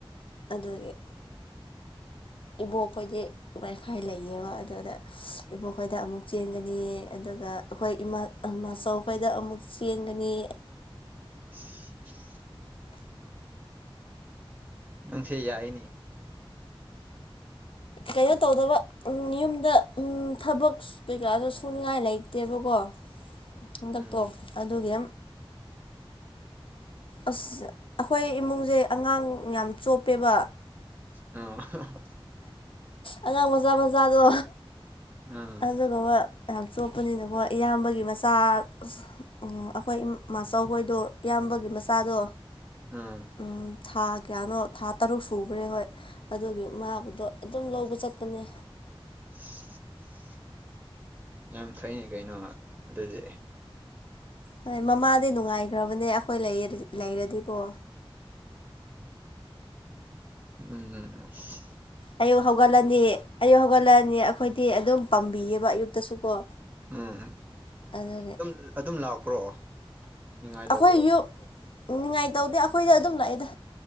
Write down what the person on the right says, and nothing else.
<unintelligible> ꯅꯪꯁꯦ ꯌꯥꯏꯅꯤ
ꯎꯝ
ꯑ
ꯎꯝ
ꯑꯥ
<unintelligible> ꯌꯥꯝ ꯐꯩꯅꯤ ꯀꯩꯅꯣ ꯑꯗꯨꯗꯤ
ꯎꯝ ꯎꯝ ꯑꯁ
ꯎꯝ
ꯑꯗꯨꯝ ꯑꯗꯨꯝ ꯂꯥꯛꯄ꯭ꯔꯣ ꯅꯤꯡꯉꯥꯏ ꯇꯧꯗ꯭ꯔꯣ